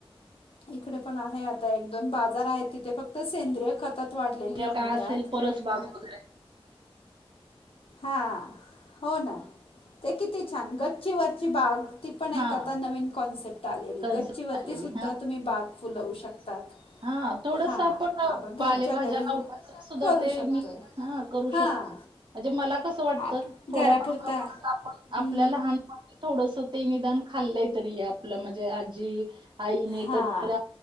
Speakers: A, on the left; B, on the right.
A: इकडे पण आहे आता एक-दोन बाजार आहे ती ते फक्त सेंद्रिय खतात वाढलेली मिळतात,
B: काय असेल परसबाग
A: काय अस
B: वगैरे
A: हा हो ना ते किती छान गच्चीवरची बाग ती पण
B: हां.
A: एक आता नवीन कॉन्सेप्ट आलेली
B: कन्सेप्ट
A: गच्ची वरती
B: आलेली.
A: सुद्धा तुम्ही बाग फुलवू शकतात.
B: हा थोडस
A: हां
B: आपण
A: घरच्या
B: पालेभाज्या
A: घरी
B: लावल्या
A: थोडंसं
B: तर
A: आपण
B: सुद्धा
A: करू
B: ते
A: अ, शकतोय
B: मी
A: पालेभाज्या
B: हा
A: लावू
B: करू शकतो.
A: हां
B: म्हणजे मला कसं वाटतं
A: आप थोडं
B: थोड्या
A: घरापुरता
B: प्रमाणात
A: मला असं वाटतं
B: आपण
A: थोडं
B: आपल्या
A: हम्म.
B: लहान थोडस ते निदान खाल्लय तरी आपलं म्हणजे आजी आईने
A: हां
B: कधीतरी